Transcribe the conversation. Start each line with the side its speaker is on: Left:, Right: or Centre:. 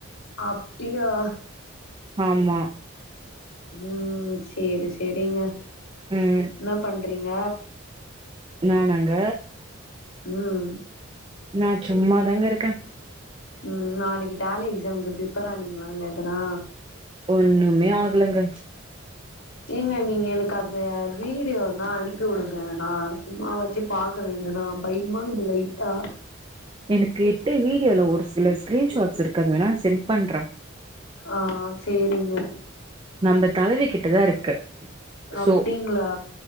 Left: அப்டியா
Right: ஆமா
Left: ம் சேரி சேரிங்க
Right: ம்
Left: என்ன பண்றீங்க
Right: நானாங்க
Left: ம்
Right: நா சும்மாதாங்க இருக்க
Left: ம் நாளைக்கு டேலி எக்ஸாமுக்கு ப்ரிப்பேர் ஆனிங்களானு எதனா
Right: ஒன்னுமே ஆகலங்க
Left: ஏங்க நீங்க எனக்கு அந்த வீடியோ இருந்தா அனுப்பி வுடுங்க நா சும்மா வாச்சு பாக்குற எதுனா பயமா இக்குது லைட்டா
Right: எனக்கு எட்டு வீடியோல ஒரு சில ஸ்க்ரீன் ஷாட்ஸ் இருக்கு அது வேணா சென்ட் பண்ற
Left: ஆ சேரிங்க
Right: நம்ப தலைவிகிட்டதா இருக்கு
Left: அப்டிங்ளா
Right: சோ